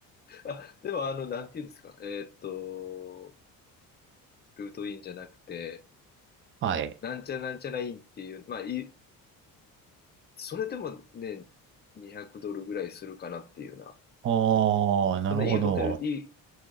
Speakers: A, on the left (about 25°); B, on the right (about 35°).
A: あ、でも、あの、なんていうんですか。えーっと、ルートインじゃなくて、
B: はい。
A: なんちゃらなんちゃらいンっていう、まあいい、それでもね、200ドルぐらいするかなっていうな。
B: あー、なるほど。
A: そんないいホテル、いい